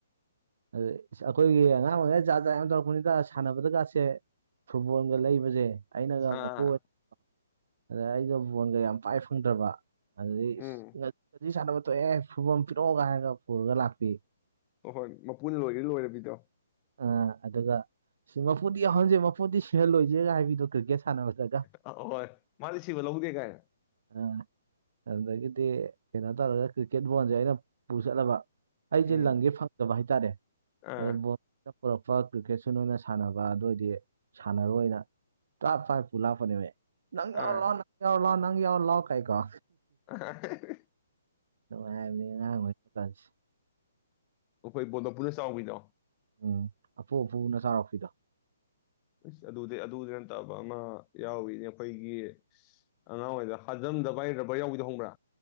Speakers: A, on the right; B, on the left.
A: ꯑꯗꯨ ꯑꯩꯈꯣꯏꯒꯤ ꯑꯉꯥꯡ ꯑꯣꯏꯔꯤꯉꯩꯗ ꯖꯥꯠ ꯖꯥꯠ ꯌꯥꯝ ꯇꯧꯔꯛꯄꯅꯤꯗ ꯁꯥꯟꯅꯕꯗꯒꯥꯁꯦ ꯐꯨꯠꯕꯣꯜꯒ ꯂꯩꯕꯖꯦ ꯑꯩꯅꯒ
B: ꯑꯥ
A: ꯃꯄꯨ ꯑꯣꯏ ꯑꯗ ꯑꯩꯗ ꯑꯩꯗꯣ ꯕꯣꯟꯒ ꯌꯥꯝ ꯄꯥꯏ ꯐꯪꯗ꯭ꯔꯕ ꯑꯗꯨꯗꯩ
B: ꯎꯝ
A: ꯏꯁ ꯁꯥꯟꯅꯕ ꯊꯣꯛꯑꯦ ꯐꯨꯕꯣꯜ ꯄꯤꯔꯛꯑꯣꯒ ꯍꯥꯏꯔꯒ ꯄꯨꯔꯒ ꯂꯥꯛꯄꯤ
B: ꯑꯍꯣꯏ ꯃꯄꯨꯅ ꯂꯣꯏꯔ ꯂꯣꯏꯕꯤꯗꯣ
A: ꯑ ꯑꯗꯨꯒ ꯁꯤ ꯃꯄꯨꯗꯤ ꯌꯥꯎꯍꯟꯁꯦ ꯃꯄꯨꯗꯤ ꯁꯤꯍꯜꯂꯣꯏꯁꯦꯒ ꯍꯥꯏꯕꯤꯗꯣ ꯀ꯭ꯔꯤꯛꯀꯦꯠ ꯁꯥꯟꯅꯕꯗꯒ
B: ꯑ ꯍꯣꯏ ꯃꯥꯗꯤ ꯁꯤꯕ ꯂꯧꯗꯦ ꯀꯥꯏꯅ
A: ꯑ ꯑꯗꯨꯗꯒꯤꯗꯤ ꯀꯩꯅꯣ ꯇꯧꯔꯒ ꯀ꯭ꯔꯤꯛꯀꯦꯠ ꯕꯣꯜꯁꯦ ꯑꯩꯅ ꯄꯨꯆꯠꯂꯕ ꯑꯩꯖꯦ
B: ꯎꯝ
A: ꯂꯪꯒꯦ ꯐꯪꯗꯕ ꯍꯥꯏꯇꯥꯔꯦ
B: ꯑꯥ
A: ꯑꯗꯩ ꯕꯣꯜ ꯄꯨꯔꯛꯄ ꯀ꯭ꯔꯤꯛꯀꯦꯠꯁꯨ ꯅꯣꯏꯅ ꯁꯥꯟꯅꯕ ꯑꯗꯨꯑꯣꯏꯗꯤ ꯁꯥꯟꯅꯔꯣꯏꯅ ꯇꯥꯞ ꯄꯥꯏꯔꯥ ꯄꯨꯂꯥꯛꯄꯅꯦꯕ ꯑꯩ ꯅꯪꯪ
B: ꯑꯥ
A: ꯌꯥꯎ ꯂꯥꯎ ꯅꯪ ꯌꯥꯎ ꯂꯥꯎ ꯅꯪ ꯌꯥꯎ ꯂꯑꯣ ꯀꯥꯏ ꯀꯣ
B: <unintelligible>
A: ꯅꯨꯉꯥꯏꯕꯅꯤ ꯑꯉꯥꯡ ꯑꯣꯏꯔꯤ ꯀꯥꯟꯁꯦ
B: ꯕꯣꯂꯣꯄꯨꯅ ꯆꯥꯎꯕꯤꯗꯣ
A: ꯎꯝ ꯑꯄꯨ ꯑꯄꯨꯕꯅ ꯆꯥꯔꯛꯄꯤꯗꯣ
B: ꯏꯁ ꯑꯗꯨꯗꯤ ꯑꯗꯨꯗꯤ ꯅꯪ ꯐꯠꯇꯕ ꯑꯃ ꯌꯥꯎꯔꯤꯅꯦ ꯑꯩꯈꯣꯏꯒꯤ ꯑꯉꯥꯡ ꯑꯣꯏꯔꯤꯗ ꯍꯥꯖꯝꯗ ꯚꯥꯏ ꯔꯥꯕꯔ ꯌꯥꯎꯕꯤꯗꯣ ꯈꯪꯕ꯭ꯔꯥ